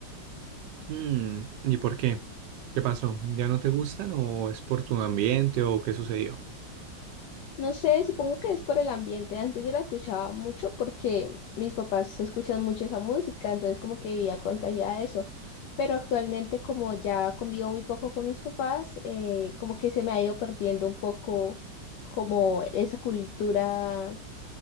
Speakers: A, on the right; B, on the left.
A: Mm, ¿y por qué? ¿Qué pasó? ¿Ya no te gustan o es por tu ambiente o qué sucedió?
B: No sé, supongo que es por el ambiente. Antes yo la escuchaba mucho porque mis papás escuchan mucho esa música, entonces como que vivía contagiada de eso. Pero actualmente como ya convivo muy poco con mis papás, eh, como que se me ha ido perdiendo un poco como esa cultura